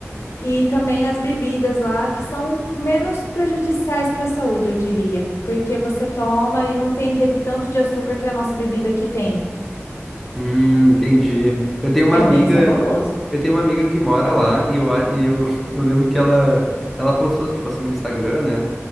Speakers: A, on the left; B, in the centre.
A: e também as bebidas lá que são menos prejudiciais para a saúde, eu diria, porque você toma e não tem aquele tanto de açúcar que a nossa bebida aqui tem.
B: Hum, entendi. Eu tenho uma
A: É
B: amiga,
A: bem saboroso.
B: eu tenho uma amiga que mora lá e eu, a- e eu, <laughs> eu lembro que ela, ela postou, tipo assim, no Instagram, né?